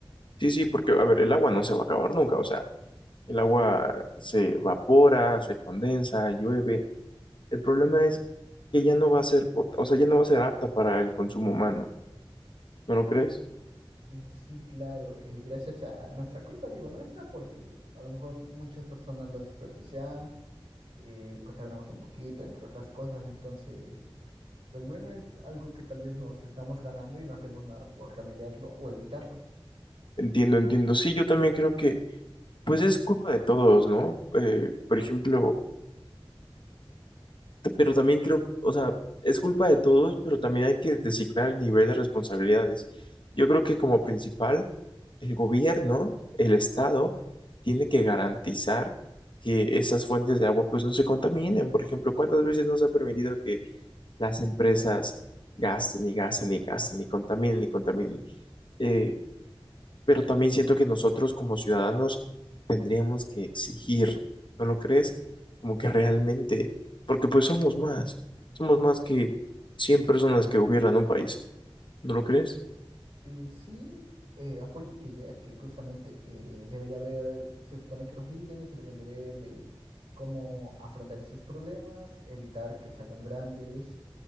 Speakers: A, on the left; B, on the right.
A: Sí, sí, porque, a ver, el agua no se va a acabar nunca, o sea, el agua se evapora, se condensa, llueve El problema es que ya no va a ser, pot- o sea, ya no va a ser apta para el consumo humano, ¿no lo crees?
B: Eh, Sí, claro, eh, gracias a nuestra culpa, digo nuestra, porque a lo mejor muchas personas la desperdiciaban, eh, contaminamos un poquito, entre otras cosas, entonces, pues bueno, es algo que tal vez nos estamos ganando y no hacemos nada por remediarlo o evitarlo.
A: Entiendo, entiendo. Sí, yo también creo que, pues es culpa de todos, ¿no? Eh, por ejemplo, pero también creo, o sea, es culpa de todos, pero también hay que designar el nivel de responsabilidades. Yo creo que como principal, el gobierno, el Estado, tiene que garantizar que esas fuentes de agua, pues no se contaminen. Por ejemplo, ¿cuántas veces nos ha permitido las empresas gasten y gasten y gasten y contaminen y contaminen. Eh, pero también siento que nosotros como ciudadanos tendríamos que exigir, ¿no lo crees? Como que realmente, porque pues somos más, somos más que 100 personas que gobiernan un país, ¿no lo crees?
B: Eh, sí, eh, apoyo tu idea que justamente eh, debería haber, se supone que los líderes deberían de ver de cómo afrontar esos problemas, evitar que se hagan grandes